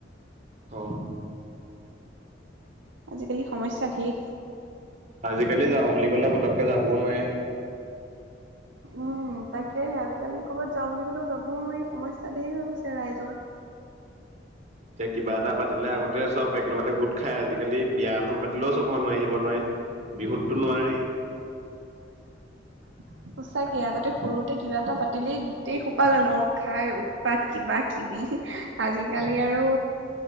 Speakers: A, on the right (about 40°); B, on the right (about 70°).
A: অ
B: আজিকালি সমস্যা ধেই
A: আজিকালি যাওঁ বুলি কলে পতককে যাবও নোৱাৰে
B: উম উম তাকেহে আজিকালি কৰ'বাত যাওঁ বুলি ক'লেও যাবও নোৱাৰি সমস্যা ধেই হৈ গৈছে ৰাইজৰ <inaudible>
A: এতিয়া কিবা এটা পাতিলে আগতে চব একেলগতে গোট খাই, আজিকালি বিয়া এখন পাতিলেও চব মানুহ আহিব নোৱাৰে। বিহুততো নোৱাৰি।
B: <inaudible> সঁচাকে আগতে সৰুতে কিবা এটা পাতিলেই গোটেই সোপা লগ খাই উৎপাত কিবা- কিবি আজিকালি
A: হয়
B: আৰু